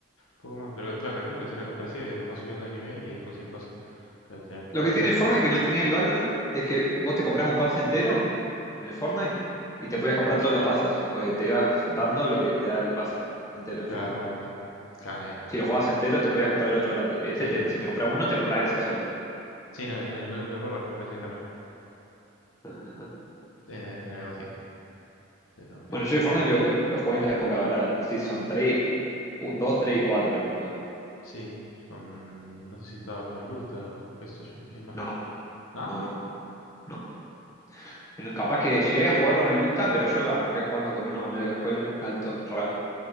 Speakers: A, on the left; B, on the left.
A: poco más, pero claro, calculo que será algo parecido, digamos, vas subiendo de nivel y ahí conseguís cosas, pero tener el pase...
B: Lo que tiene el Fortnite que no tenía el Valorant es que vos te comprás un pase entero en el Fortnite y te podías comprar todos los pases, porque te ibas dando lo que te da el pase entero, ¿entendés?
A: Claro, bueno, no. Claro, eh, bueno,
B: Si lo jugabas entero, te podías comprar el otro gratis. Este,
A: sí,
B: te-
A: no.
B: si te compras uno, te compras ese solo.
A: Sí, no, en el, en el Overwatch me parece que también
B: Ajá. ajá.
A: eh, era algo así, pero qué
B: Bueno,
A: sé
B: yo
A: yo, alguna.
B: el Fortnite lo, lo jugué en la época dorada. Sí, son 3, 2, 3 y 4 los jugué.
A: Sí, con, no sé si estaba con el Lusta o qué sé yo, ¿quién más?
B: No,
A: ¿No?
B: no, no, no. En- Capaz que llegué a jugar con el Lusta, pero yo arranqué jugando con unos amigos de la escuela, altos raros.